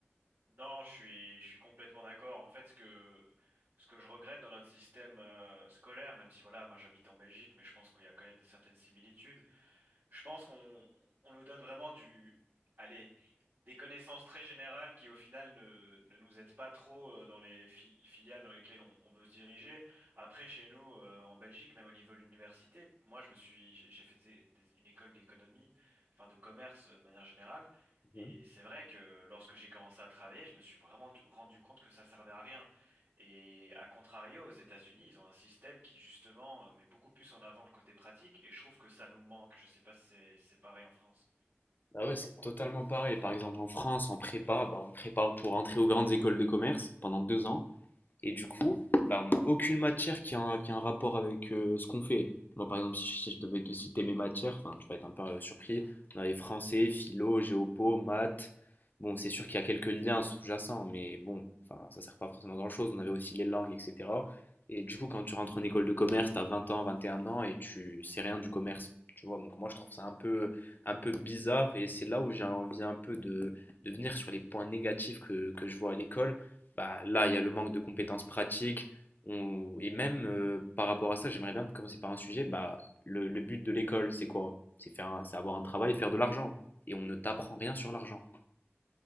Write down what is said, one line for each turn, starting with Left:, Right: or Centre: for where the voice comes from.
Right: Non, je suis, je suis complètement d'accord. En fait, ce que, ce que je regrette dans notre système euh, scolaire, même si voilà, moi j'habite en Belgique, mais je pense qu'il y a quand même de certaines similitudes. Je pense qu'on, on nous donne vraiment du, allez, des connaissances très générales qui au final ne, ne nous aident pas trop euh, dans les fi- filiales dans lesquelles on, on veut se diriger. Après, chez nous, euh, en Belgique, même au niveau de l'université, moi je me suis, j'ai j'ai fait des- des- une école d'économie, enfin de commerce euh, de manière générale. Et
Left: Mhm.
Right: c'est vrai que lorsque j'ai commencé à travailler, je me suis vraiment du- rendu compte que ça servait à rien. Et à contrario, aux États-Unis, ils ont un système qui justement euh, met beaucoup plus en avant le côté pratique, et je trouve que ça nous manque. Je sais pas si c'est c'est pareil en France.
Left: Ah ouais, c'est totalement pareil. Par exemple, en France, en prépa, bah, on prépare pour entrer aux grandes écoles de commerce pendant deux ans. Et du coup, bah, on n'a aucune matière qui a un, qui a un rapport avec euh, ce qu'on fait. Moi, par exemple, si je devais te citer mes matières, enfin, tu vas être un peu euh, surpris. On avait français, philo, géopo, maths. Bon, c'est sûr qu'il y a quelques liens sous-jacents, mais bon, enfin, ça sert pas forcément à grand-chose. On avait aussi les langues, etc. Et du coup, quand tu rentres en école de commerce, tu as 20 ans, 21 ans et tu sais rien du commerce. Tu vois, donc moi, je trouve ça un peu, un peu bizarre et c'est là où j'ai envie un peu de, de venir sur les points négatifs que, que je vois à l'école bah, là, il y a le manque de compétences pratiques. On- Et même euh, par rapport à ça, j'aimerais bien commencer par un sujet. Bah, le, le but de l'école, c'est quoi? C'est faire, un- c'est avoir un travail et faire de l'argent. Et on ne t'apprend rien sur l'argent.